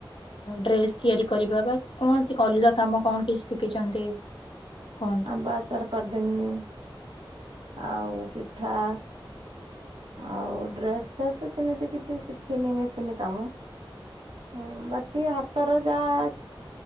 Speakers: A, on the left; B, on the right.
A: ଡ୍ରେସ୍ ତିଆରି କରିବା ବା କୌଣସି ଅଲଗା କାମ କଣ କିଛି ଶିଖ ଛନ୍ତି କଣ?
B: ବାଚାର କରିଦମି ଆଉ ପିଠା। ଆଉ ଡ୍ରେସ ଫେସ୍ ସେମିତି କିଛି ଶିଖିନି ମେସିନ କାମ ହଁ ବାକି ହାତର ଯାହା ସ